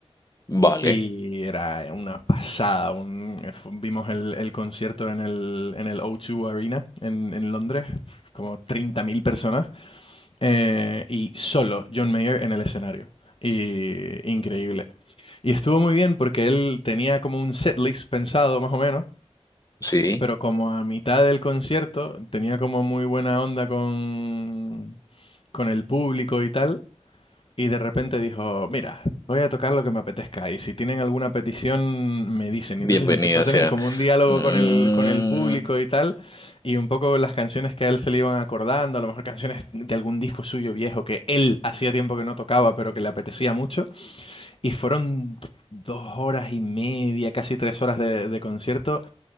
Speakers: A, on the left; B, on the left.
A: Vale,
B: Y era una pasada. un- fu- vimos el, el concierto en el, en el O2 Arena en, en Londres, como 30.000 personas, eh, y solo John Mayer en el escenario. Y increíble. Y estuvo muy bien porque él tenía como un setlist pensado, más o menos,
A: sí,
B: pero como a mitad del concierto tenía como muy buena onda con, con el público y tal, Y de repente dijo, mira, voy a tocar lo que me apetezca y si tienen alguna petición me dicen.
A: bienvenida
B: Y entonces empezó a
A: sea.
B: tener como un diálogo
A: Mm,
B: con el, con el público y tal, y un poco las canciones que a él se le iban acordando, a lo mejor canciones de algún disco suyo viejo que él hacía tiempo que no tocaba, pero que le apetecía mucho. Y fueron dos horas y media, casi tres horas de, de concierto